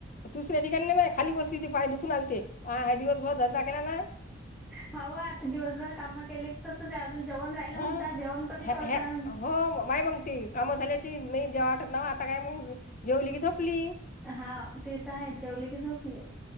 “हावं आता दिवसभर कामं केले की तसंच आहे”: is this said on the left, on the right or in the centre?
Centre